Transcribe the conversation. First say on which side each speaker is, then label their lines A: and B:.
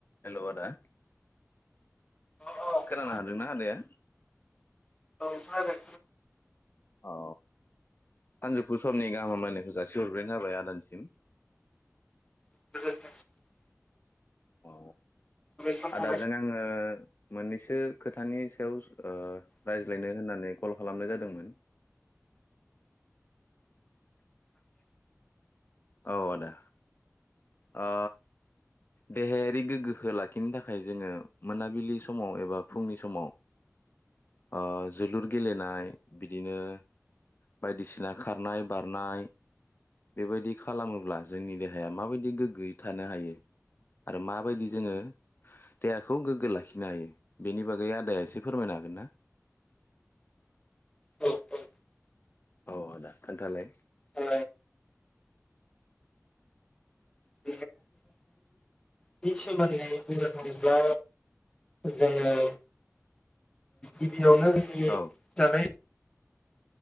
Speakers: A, on the left (about 40°); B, on the left (about 15°).
A: Hello आदा
B: अ अ
A: खोना हादोंना आदाया
B: औ खोनादो
A: औ सानजौफु समनि गाहामलायनायखौ जासिहरग्रोनाय जाबाय आदानिसिम
B: <unintelligible>
A: औ
B: साबायखर थाबाय
A: आदाजों आङो मोननैसो खोथानि सायाव स ओ रायज्लायनो होननानै कल खालामनाय जादोंमोन औ आदा ओ देहायारि गोग्गोखो लाखिनो थाखाय जोङो मोनाबिलि समाव एबा फुंनि समाव ओ जोलुर गेलेनाय बिदिनो बायदिसिना खारनाय बारनाय बेबायदि खालामोब्ला जोंनि देहाया माबायदि गोग्गोयै थानो हायो आरो माबायदि जोङो देहाखौ गोग्गो लाखिनो हायो बेनि बागै आदाया एसे फोरमायनो हागोन ना
B: औ- औ
A: औ आदा खोन्थालाय
B: ओ <unintelligible> नि सोमोन्दै बुंनो थाङोब्ला जोङो ओ गिबि गिबियावनो जोंनि
A: औ
B: जानाय